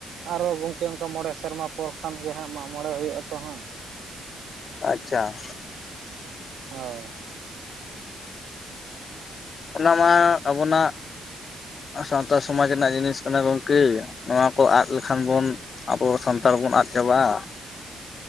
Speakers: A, on the right; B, on the left.
A: ᱟᱨᱚ ᱜᱚᱝ ᱠᱮ ᱚᱱᱠᱟ ᱢᱚᱸᱬᱮ ᱥᱮᱨᱢᱟ ᱯᱚᱨ ᱠᱷᱟᱱ ᱜᱮ ᱦᱟᱸᱜ ᱢᱟᱸᱜ ᱢᱚᱸᱬᱮ ᱦᱩᱭᱩᱜ-ᱟ ᱛᱚ ᱦᱟᱸᱜ᱾
B: ᱟᱪᱪᱷᱟ ᱾
A: ᱦᱚᱸ ᱾
B: ᱚᱱᱟ ᱢᱟ ᱟᱵᱚᱱᱟᱜ ᱥᱟᱶᱛᱟ ᱥᱚᱢᱟᱡᱽ ᱨᱮᱱᱟᱜ ᱡᱤᱱᱤᱥ ᱠᱟᱱᱟ ᱜᱚᱝᱠᱮ ᱱᱚᱣᱟ ᱠᱚ ᱟᱫ ᱞᱮᱠᱷᱟᱱ ᱵᱚᱱ ᱟᱵᱚ ᱥᱟᱱᱛᱟᱲ ᱵᱚᱱ ᱟᱸᱫ ᱪᱟᱵᱟᱜ-ᱟ᱾